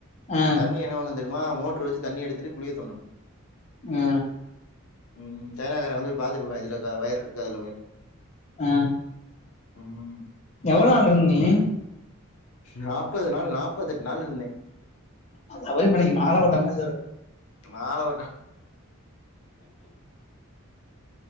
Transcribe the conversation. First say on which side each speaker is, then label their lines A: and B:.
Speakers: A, on the left; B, on the left.
A: ஆ
B: தண்ணி என்ன பண்ணு தெரியுமா மோட்டரு வெச்சு தண்ணி எடுத்துட்டு குழிய தோண்டனு
A: அ
B: ம் சைனாகாரன் வந்து பாத்துருப்பாய் இதுல க வயர் இருக்கா இல்ல வயர் இருக்கு
A: ஆ
B: ஆமா ஆமா
A: எவ்ளோ நாள் இருந்தீக
B: நாப்பது நாள் நாப்பத்தெட்டு நாள் இருந்தே
A: அது சபரி மலைக்கு மால போட்ட மாரி சொ
B: மால போட்ட